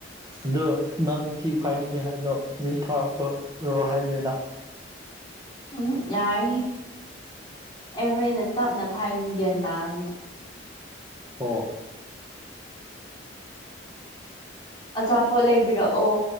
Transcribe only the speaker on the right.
ꯑꯗ ꯅꯪ ꯊꯤ ꯐꯥꯏꯅꯤꯡꯉꯦ ꯍꯥꯏꯗꯣ ꯃꯤ ꯊꯥꯔꯛꯄꯔꯣ ꯍꯥꯏꯕꯅꯤꯗꯥ <inaudible>
ꯑꯣ